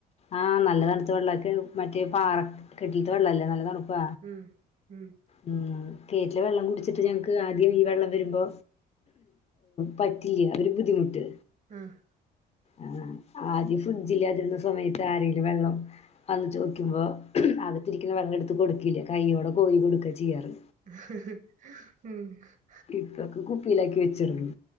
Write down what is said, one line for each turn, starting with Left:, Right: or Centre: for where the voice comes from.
Left: ആഹ് നല്ല തണുത്ത് വെള്ളൊക്കെ മറ്റേ പാറ കെട്ടിട്ട് വെള്ളല്ലേ നല്ല തണു പ
Right: ഉം ഉം
Left: ഉം കേറ്റിലൊ വെള്ളം കു വിട്ട് ഞങ്ങക്ക് ആദ്യം ഈ വെള്ളം വരുമ്പോ പറ്റില്ല അവര് ബുദ്ധിമുട്ട്.
Right: ആഹ്
Left: ആ ആദ്യ ഫു ജില്ല അതിരുന്ന സമയത്ത് ആരെങ്കിലും വെള്ളം വന്ന് ചോക്കി മ്പോ അകത്തിരിക്കുന്ന വെള്ളം എടുത്ത് കൊടുക്കില്ല കൈയോടെ കോരി കൊടുക്ക ചെയ്യാറ്.
Right: ഉം
Left: ഇപ്പൊക്കെ കുപ്പിയിലക്കി വെച്ചിരിന്നു